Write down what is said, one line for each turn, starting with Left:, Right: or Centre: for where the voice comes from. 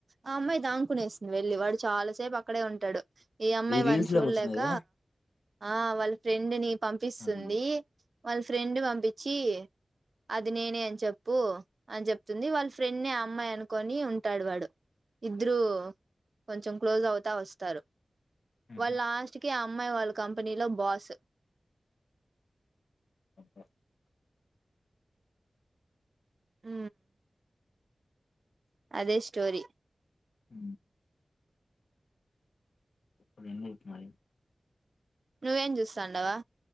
Right: ఆ అమ్మాయి దాంకునేసింది వెళ్ళలి వాడు చాలా సేపు అక్కడే ఉంటాడు ఈ అమ్మాయి
Left: ఇది రీల్స్‌లో
Right: వాని చూడలేక
Left: ఏమొచ్చింది గదా!
Right: ఆ వాళ్ళ ఫ్రెండ్ ని పంపిస్తుంది
Left: అది.
Right: వాళ్ళ ఫ్రెండ్ పంపించి అది నేనే అని చెప్పు అని చెప్తుంది వాళ్ళ ఫ్రెండ్ అమ్మాయి అనుకొని ఉంటాడు వాడు ఇద్దరు కొంచెం క్లోజ్ అవుతా వస్తారు
Left: హుహు.
Right: వాళ్ లాస్ట్ కి ఆ అమ్మాయి వాళ్ళ కంపెనీలో బాస్
Left: ఓకే
Right: అ అదే స్టోరి
Left: ఊ ఇపుడు ఎందుకు మరి
Right: నువ్వేం చూస్తాండవు